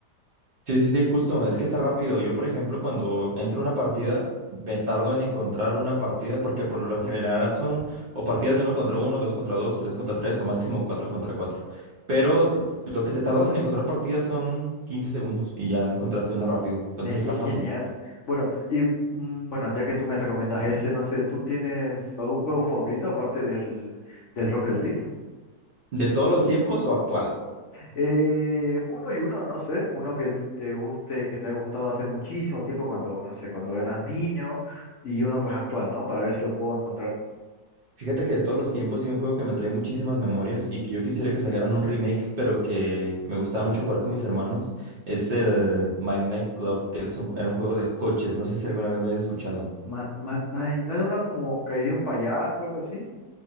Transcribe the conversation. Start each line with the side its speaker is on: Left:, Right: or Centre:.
Right: Sí, sí, sí, justo. Es que está rápido. Yo, por ejemplo, cuando entro a una partida, me tardo en encontrar una partida porque por lo general son o partidas de uno contra uno, dos contra dos, tres contra tres o máximo cuatro contra cuatro. Pero l- lo que te tardas en encontrar partidas son 15 segundos y ya encontraste una rápido. Entonces
Left: Mira,
Right: está
Left: qué genial.
Right: fácil.
Left: Bueno, y mm, bueno, ya que tú me recomiendas ese, no sé, ¿tú tienes algún juego favorito aparte del, del Rocket League?
Right: ¿De todos los tiempos o actual?
Left: Eh, uno y uno, no sé, uno que te guste, que te haya gustado hace muchísimo tiempo cuando, no sé, cuando eras niño y uno pues actual, ¿no? Para ver si lo puedo encontrar.
Right: Fíjate que de todos los tiempos sí un juego que me trae muchísimas memorias y que yo quisiera que sacaran un remake, pero que me gustaba mucho jugar con mis hermanos, es el Midnight Club, que es un- era un juego de coches, no sé si alguna vez lo hayas escuchado.
Left: Mad, Mad Night, ¿no era uno como que había un payaso o algo así?